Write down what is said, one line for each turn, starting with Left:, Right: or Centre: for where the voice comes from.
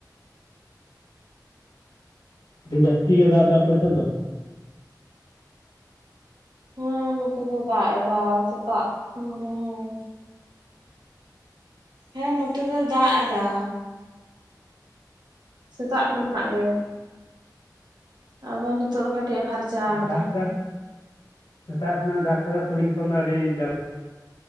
Left: ᱟᱹᱰᱤ ᱡᱟᱹᱥᱛᱤ ᱜᱮ ᱫᱟᱜ ᱫᱟ, ᱟᱯᱮ ᱥᱮᱫ ᱫᱚ?
Right: ᱦᱮᱸ ᱱᱚᱛᱮ ᱫᱚ ᱫᱟᱜ ᱫᱟ, ᱥᱮᱛᱟᱜ ᱠᱷᱚᱱ ᱜᱮ ᱦᱮᱸ᱾ ᱦᱮᱸ ᱱᱚᱛᱮ ᱫᱚᱭ ᱫᱟᱜ ᱮᱫᱟ, ᱥᱮᱛᱟᱜ ᱠᱷᱚᱱᱟᱜ ᱜᱮ ᱟᱫᱚ ᱱᱤᱛᱚᱜ ᱫᱚ ᱠᱟᱹᱴᱤᱡ ᱮ ᱯᱷᱟᱨᱪᱟ ᱟᱠᱟᱫᱟ᱾
Left: ᱫᱟᱜ ᱫᱟᱜ ᱥᱮᱛᱟᱜ ᱠᱷᱚᱱᱟᱜ ᱫᱟ ᱠᱷᱟᱡ ᱫᱚ ᱠᱩᱲᱤ ᱦᱚᱯᱚᱱ ᱫᱚ ᱟᱹᱰᱤ ᱡᱟᱞᱟ